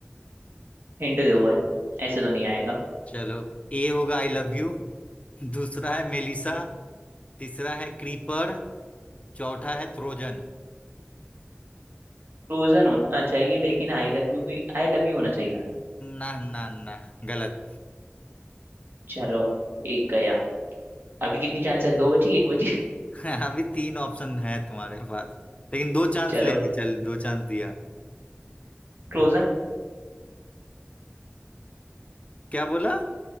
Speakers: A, on the right; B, on the left.
A: हिंट दो भाई ऐसे तो नहीं आएगा
B: चलो ए होगा आई लव यू दूसरा है मेलिसा तीसरा है क्रीपर चौथा है ट्रोजन
A: फ्रोजन होना चाहिए लेकिन आई लव यू भी आई लव यू होना चाहिए
B: ना ना ना गलत
A: चलो एक गया अभी कितनी चांस है दो बची एक बची
B: <laughs> अभी तीन ऑप्शन है तुम्हारे पास लेकिन दो चांस
A: <laughs> चलो
B: ले ले चल दो चांस दिया
A: फ्रोजन
B: क्या बोला